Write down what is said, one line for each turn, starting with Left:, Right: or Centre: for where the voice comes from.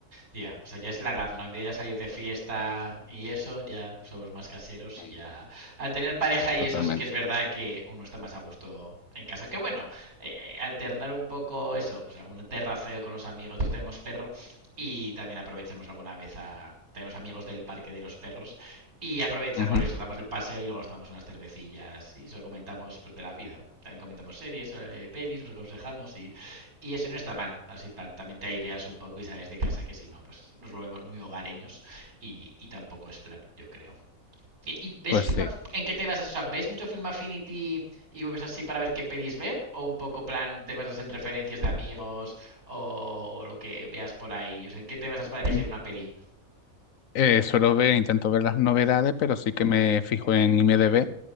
Right: Ya, o sea, ya es la edad, ¿no? En vez de salir de fiesta y eso, ya somos más caseros,
Left: Mm,
Right: ya... Al tener pareja y
Left: Totalmente.
Right: eso sí que es verdad que uno está más a gusto en casa. Que bueno, eh, eh, alternar un poco eso, pues algún terraceo con los amigos, nosotros tenemos perro y también aprovechamos alguna vez a... Tenemos amigos del parque de los perros y aprovechamos
Left: Ujú,
Right: eso, damos el paseo y luego nos tomamos unas cervecillas y eso comentamos pues de la vida. También comentamos series, eh, pelis, nos aconsejamos y y eso no está mal, así tan, también te aireas un poco y sales de casa que si no, pues nos volvemos muy hogareños y, y tampoco es plan, yo creo. ¿Y, y ves
Left: Pues
Right: film,
Left: sí.
Right: en qué te vas a, o sea, ves mucho Film Affinity y vuelves así para ver qué pedís ver? ¿O un poco plan te basas en referencias de amigos o, o lo que veas por ahí? O sea, ¿en qué te basas para elegir
Left: Mm,
Right: una peli?
Left: eh, suelo ver, intento ver las novedades, pero sí que me fijo en IMDb